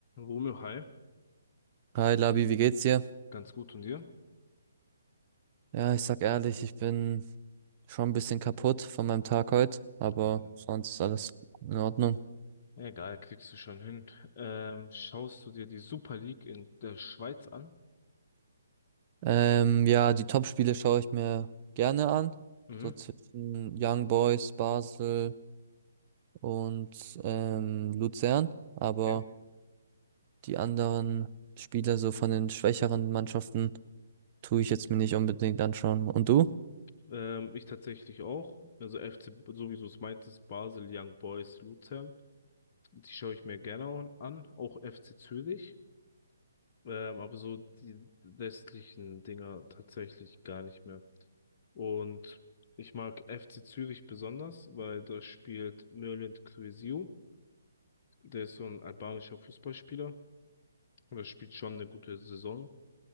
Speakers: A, on the left; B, on the right.
A: Romeo, hi,
B: Hi Labi, wie geht's dir?
A: ganz gut und dir?
B: Ja, ich sag ehrlich, ich bin schon ein bisschen kaputt von meinem Tag heute, aber
A: Ja.
B: sonst ist alles in Ordnung.
A: Egal, kriegst du schon hin. Ähm, schaust du dir die Super League in der Schweiz an?
B: Ähm, ja, die Top-Spiele schaue ich mir gerne an.
A: Mhm.
B: So zwischen Young Boys, Basel und ähm, Luzern. Aber
A: Okay.
B: die anderen Spiele so von den schwächeren Mannschaften tue ich jetzt mir nicht unbedingt anschauen. Und du?
A: Ähm, ich tatsächlich auch. Also FC, so wie du es meintest, Basel, Young Boys, Luzern. Die schaue ich mir gerne an. Auch FC Zürich. Ähm, aber so die westlichen Dinger tatsächlich gar nicht mehr. Und ich mag FC Zürich besonders, weil da spielt Mürlend Kürsü. Der ist so ein albanischer Fußballspieler und er spielt schon eine gute Saison.